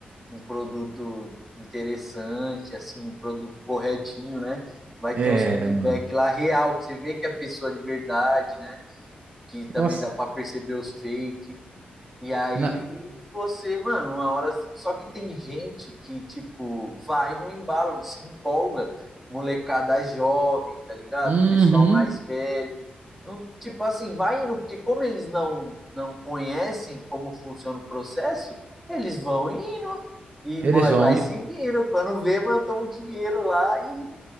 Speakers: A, in the centre; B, on the right (about 50°).
A: um produto interessante, assim, um produto corretinho, né? Vai
B: é,
A: ter uns feedback
B: mano.
A: lá real, que você vê que é pessoa de verdade, né? Que também
B: Nossa,
A: dá para perceber os fake. E aí
B: na...
A: você, mano, uma hora. Só que tem gente que, tipo, vai no embalo, se empolga. Molecada jovem, tá ligado?
B: Uhum.
A: Pessoal mais velho. Não, tipo assim, vai indo, porque como eles não, não conhecem como funciona o processo, eles vão indo e vai,
B: Eles vão.
A: vai seguindo. Quando vê, mandou um dinheiro lá e,